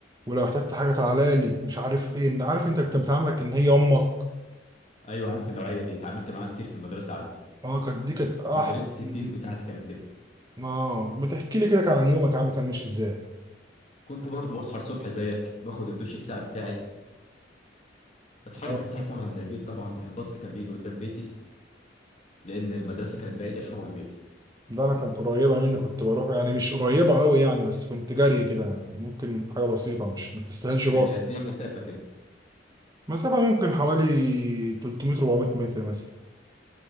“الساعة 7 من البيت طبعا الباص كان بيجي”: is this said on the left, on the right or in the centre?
Left